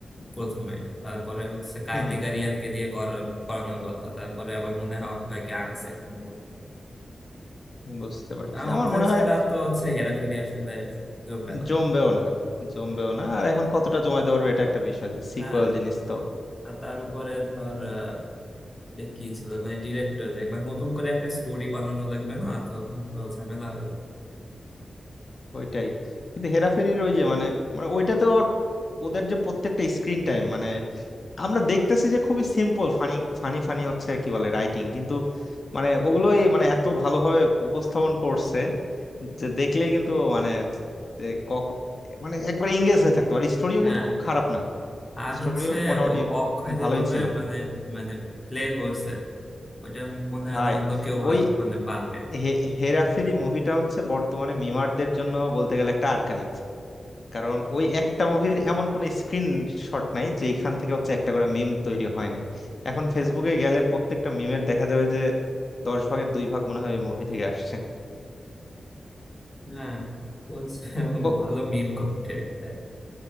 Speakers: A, on the left (about 20°); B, on the left (about 40°).
A: প্রথমে তারপরে হচ্ছে কার্তিক
B: হুম হুম
A: আরিয়ানকে দিয়ে করার করানোর কথা তারপরে আবার মনে হয় অক্ষয়কে আনছে কোনো মতে।
B: বুঝতে পারছি
A: আ,
B: আমার
A: অক্ষয়
B: মনে
A: ছাড়া
B: হয়
A: তো হচ্ছে হেরাফেরি আসলে জমবে না
B: জমবেও না জমবেও না আর এখন কতটা জমাইতে পারবে এটা একটা বিষয় যে সিকুয়াল
A: হ্যাঁ
B: জিনিস তো
A: আর তার উপরে ধর আহ, এটা কি ছিল মানে ডিরেক্টর যে মানে নতুন করে একটা স্টোরি বানানো লাগবে না তখন তো ঝামেলা হয়ে যাবে
B: ওইটাই কিন্তু হেরাফেরির ওই যে মানে মানে ওইটাতেও আবার ওদের যে প্রত্যেকটা স্ক্রিন টাইম মানে আমরা দেখতেছি যে খুবই সিম্পল ফানি ফানি ফানি হচ্ছে কি বলে রাইটিং কিন্তু মানে ওগুলোই মানে এত ভালোভাবে উপস্থাপন করছে যে দেখলেই কিন্তু মানে যে কখ- মানে একবার এঙ্গেজ হয়ে থাকতে পারে স্টোরিও
A: হ্যাঁ
B: কিন্তু খুব খারাপ না
A: আর
B: স্টোরিও
A: হচ্ছে
B: মোটামুটি
A: ও অক্ষয় যেভাবে
B: ভালোই ছিল
A: মানে মানে প্লে করছে ওটা মনে
B: ভাই
A: হয় না অন্য কেউ
B: ওই
A: ভালো মানে পারবে
B: হে- হেরাফেরি মুভিটা হচ্ছে বর্তমানে মিমারদের জন্য বলতে গেলে একটা আর্কাইভ কারণ ওই একটা মুভির এমন কোন স্ক্রিন শট নাই যেখান থেকে হচ্ছে একটা করে মিম তৈরি হয় নাই এখন ফেসবুকে গেলে প্রত্যেকটা মিমের দেখা যাবে যে দশ ভাগের দুই ভাগ মনে হয় ওই মুভি থেকে আসছে
A: হ্যাঁ ও হচ্ছে ও
B: ও
A: ভালো মিম কন্টেন্ট দেয়